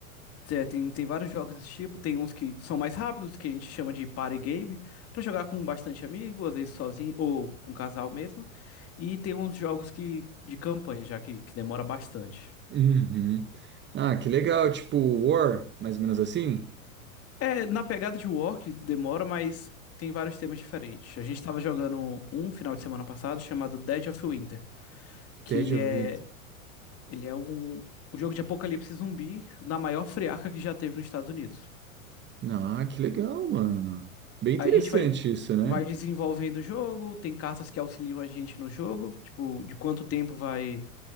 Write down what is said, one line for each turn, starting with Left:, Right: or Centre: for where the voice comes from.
Left: É, tem, tem vários jogos desse tipo, tem uns que são mais rápidos, que a gente chama de party game, pra jogar com bastante amigo, às vezes sozinho ou com casal mesmo. E tem uns jogos que de campanha, já que, que demora bastante.
Right: Uhum. Ah, que legal, tipo War, mais ou menos assim?
Left: É, na pegada de War que demora, mas tem vários temas diferentes. A gente tava jogando um final de semana passado chamado Dead of Winter, que
Right: Dead
Left: ele
Right: of
Left: é
Right: It.
Left: ele é um, um jogo de apocalipse zumbi na maior friarca que já teve nos Estados Unidos.
Right: Ah, que legal, mano. Bem interessante
Left: A gente vai,
Right: isso, né?
Left: vai desenvolvendo o jogo, tem cartas que auxiliam a gente no jogo, tipo, de quanto tempo vai,